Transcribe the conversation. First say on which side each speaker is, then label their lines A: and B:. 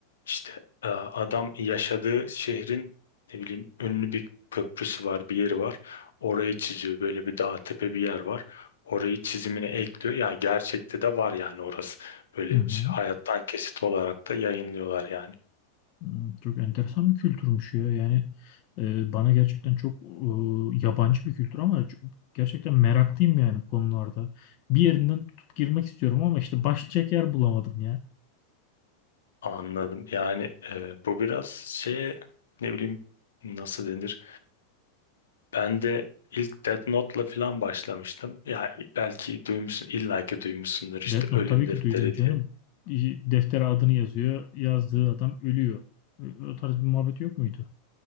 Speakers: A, on the left; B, on the left.
A: işte e, adam yaşadığı şehrin ne bileyim ünlü bir köprüsü var, bir yeri var. Orayı çiziyor. Böyle bir dağ tepe bir yer var. Orayı çizimine ekliyor. Yani gerçekte de var yani orası. Böyle
B: Hı hı.
A: ş- hayattan kesit olarak da yayınlıyorlar yani.
B: Hmm, Çok enteresan bir kültürmüş ya. Yani e, bana gerçekten çok e, yabancı bir kültür ama çok- gerçekten meraklıyım yani konularda. Bir yerinden tutup girmek istiyorum ama işte başlayacak yer bulamadım ya.
A: Anladım. Yani e, bu biraz şey ne bileyim nasıl denir? Ben de ilk Death Note'la falan başlamıştım. Ya belki duymuşsun, illaki duymuşsundur işte
B: Death Note
A: Ölüm
B: tabii
A: Defteri
B: ki duydum canım.
A: diye.
B: İ- Deftere adını yazıyor. Yazdığı adam ölüyor. Ö- O tarz bir muhabbet yok muydu?